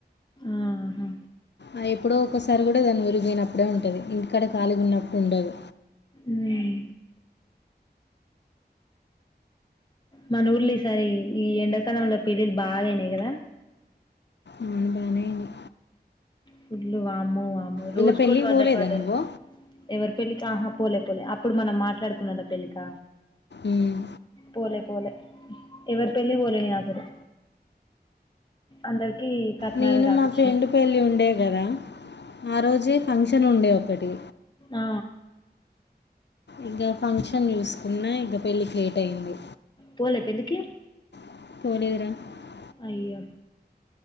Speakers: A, on the left; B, on the left.
A: ఆహా
B: ఆ ఎప్పుడో ఒకసారి కూడా దాన్ని ఊరి పోయినప్పుడే ఉంటది ఇంటికాడ ఖాలీ ఉన్నప్పుడు ఉండదు
A: ఉమ్ మన ఊళ్ళో ఈ సారి ఈ ఎండాకాలంలో పెళ్ళిళ్ళు బాగయినాయి కదా
B: అవును బాగానే అయింది
A: ఫుడ్లు వామో
B: వీళ్ళ
A: రోజుకోటి
B: పెళ్ళికి
A: పడ్డట్టు
B: పోలేదా
A: పడ్డది
B: నువ్వు
A: ఎవరి పెళ్ళి ఆహా పోలే పోలే అప్పుడు మనం మాట్లాడుకున్నారా తెలీక
B: ఉమ్.
A: పోలే పోలే ఎవరి పెళ్ళికి పోలే నే అసలు అందరు కి కట్నాల
B: నేను
A: రాపిచ్చినం
B: మా ఫ్రెండ్ పెళ్ళి ఉండే కదా ఆ రోజే ఫంక్షన్ ఉండే ఒకటి
A: అ
B: ఇక ఫంక్షన్ చూసుకున్నా ఇక పెళ్ళికి లేట్ అయింది
A: పోలే పెళ్లికి
B: <unintelligible>
A: అయ్యో